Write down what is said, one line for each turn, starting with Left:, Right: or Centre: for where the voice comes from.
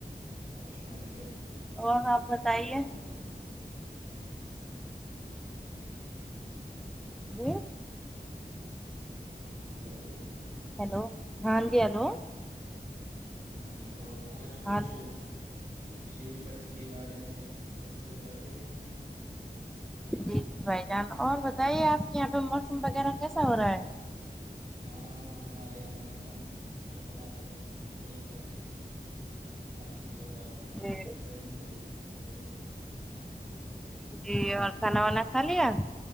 Right: اور سنائیے اپنے
Centre: اور
Right: یہاں
Centre: آپ
Right: کا
Centre: بتائیے
Right: ماحول کیا ہے
Centre: جی <inaudible>
Right: ہلو
Centre: ہیلو ہاں جی ہلو
Right: ہاں تو آج کچھ
Centre: ہاں
Right: فضول خرچی کے بارے میں گفتگو کرتے ہیں
Centre: جی جی بھائی جان اور بتائیے آپ کے یہاں پہ موسم وغیرہ کیسا ہو رہا ہے
Right: ہاں ہمارے یہاں کا موسم فی الحال تو ٹھیک ہے کافی دیر بعد
Centre: ہے
Right: آج
Centre: جی
Right: بہت گرمی رہی دیر میں
Centre: جی اور کھانا وانا کھا لیا